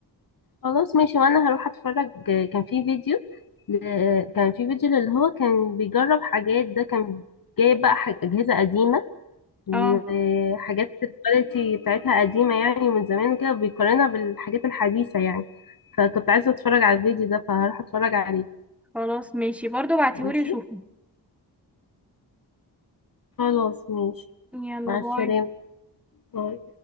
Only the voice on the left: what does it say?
خلاص ماشي وانا هروح اتفرج كان في فيديو ل- كان في فيديو اللي هو كان بيجرب حاجات ده كان جايب بقى ح- اجهزه قديمه وحاجات
الكواليتي بتاعتها قديمه يعني من زمان وكده بيقارنها بالحاجات الحديثه يعني فكنت عايزه اتفرج على الفيديو ده فهروح اتفرج عليه
ماشي
خلاص ماشي
مع السلامة
باي.